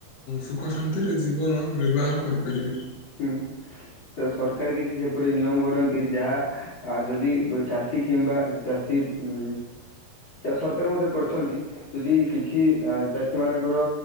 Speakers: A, on the left; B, on the left.
A: ସୁଖ ଶାନ୍ତିରେ ଜୀବନ ନିର୍ବାହନ କରିପାରିବେ।
B: ହୁଁ। ସରକାର କିଛି ସେପରି ନିୟମ କରନ୍ତି, ଯାହା ଆ ଯଦି ଚାଷୀ କିମ୍ବା ଚାଷୀ ଉ ସରକାର ମଧ୍ୟ କରିଛନ୍ତି, ଯଦି କିଛି ଚାଷୀ ମାନଙ୍କର